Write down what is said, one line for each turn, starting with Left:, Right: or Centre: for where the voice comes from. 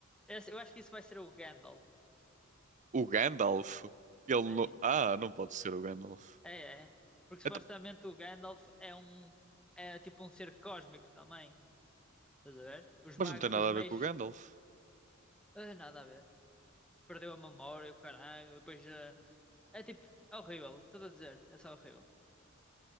Centre: esse, eu acho que isso vai ser o Gandalf.
Right: O Gandalf. Ele não...
Centre: Sim.
Right: Ah, não pode ser o Gandalf.
Centre: É, é. Porque supostamente
Right: Então,
Centre: o Gandalf é um. É tipo um ser cósmico também. Estás a ver? Os
Right: mas
Centre: magos,
Right: não tem nada
Centre: os meios.
Right: a ver com o Gandalf.
Centre: ah, nada a ver. Perdeu a memória, o caralho. e Depois. ah, é tipo. É horrível. Estou a dizer. É só horrível.